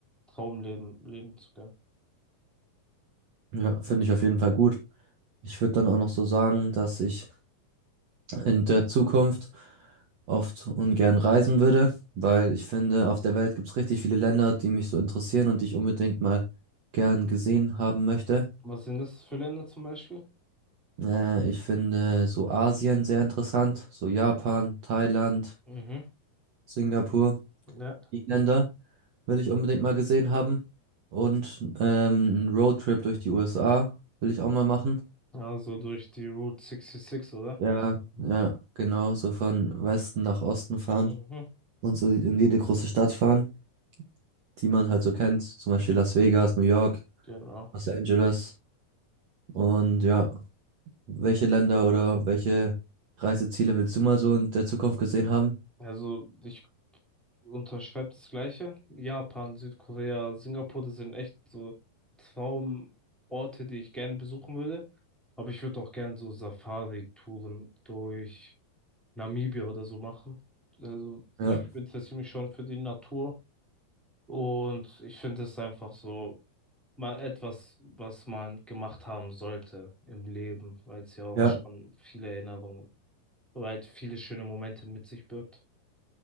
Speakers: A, in the centre; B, on the right.
A: Traumleben leben zu können.
B: Ja, finde ich auf jeden Fall gut. Ich würde dann auch noch so sagen, dass ich in der Zukunft oft ungern reisen würde, weil ich finde, auf der Welt gibt es richtig viele Länder, die mich so interessieren und die ich unbedingt mal gern gesehen haben möchte.
A: Was sind das für Länder zum Beispiel?
B: Äh, ich finde so Asien sehr interessant, so Japan, Thailand,
A: Mhm.
B: Singapur,
A: Ja.
B: die Länder will ich unbedingt mal gesehen haben. Und ähm, einen Roadtrip durch die USA will ich auch mal machen.
A: Also durch die Route 66, oder?
B: Ja, ja, genau, so von Westen nach Osten fahren
A: Mhm.
B: und so in jede große Stadt fahren. die man halt so kennt, zum Beispiel Las Vegas, New York,
A: Genau.
B: Los Angeles. Und ja, welche Länder oder welche Reiseziele willst du mal so in der Zukunft gesehen haben?
A: Also ich unterschreibt das Gleiche. Japan, Südkorea, Singapur, das sind echt so Traumorte, die ich gerne besuchen würde. Aber ich würde auch gerne so Safari-Touren durch Namibia oder so machen. Also
B: Ja,
A: ich interessiere mich schon für die Natur und ich finde es einfach so mal etwas, was man gemacht haben sollte im Leben, weil es ja auch
B: ja,
A: schon viele Erinnerungen, weil es viele schöne Momente mit sich birgt.